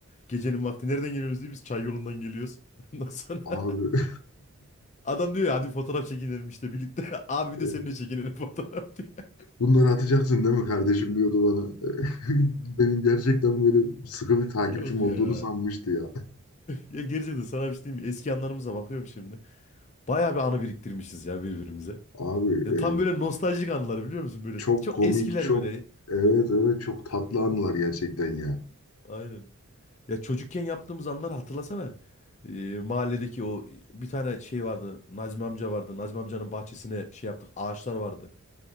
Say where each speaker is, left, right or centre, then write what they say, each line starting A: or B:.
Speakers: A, on the left; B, on the left.
A: Gecenin vakti nereden geliyoruz diye biz çay yolundan geliyoruz. <laughs> Ondan sonra
B: Abi
A: adam diyor ya hadi fotoğraf çekinelim işte birlikte. <laughs> Abi bir
B: <laughs>
A: de seninle çekinelim fotoğraf diye.
B: bunları atacaksın değil mi kardeşim diyordu bana. <laughs> Benim gerçekten böyle sıkı bir
A: <laughs>
B: takipçim
A: Yok
B: olduğunu
A: ya.
B: sanmıştı ya.
A: Ya gerçekten sana bir şey diyeyim mi? Eski anılarımıza bakıyorum şimdi. Bayağı bir anı biriktirmişiz ya birbirimize.
B: Abi
A: Ya tam
B: e,
A: böyle nostaljik anılar biliyor musun? Böyle
B: Çok
A: çok
B: komik,
A: eskiler
B: çok
A: böyle.
B: evet evet çok tatlı anılar gerçekten ya.
A: Aynen. Ya çocukken yaptığımız anları hatırlasana. Ee, mahalledeki o bir tane şey vardı. Nazmi amca vardı. Nazmi amcanın bahçesine şey yaptık. Ağaçlar vardı.